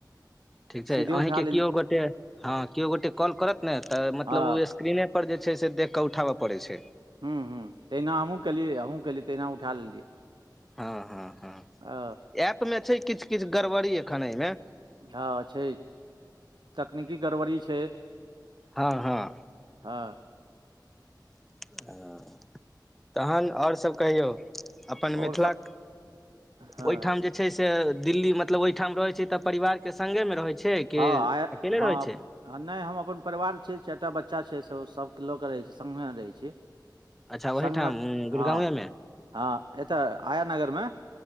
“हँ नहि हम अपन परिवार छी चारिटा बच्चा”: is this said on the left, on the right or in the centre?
Right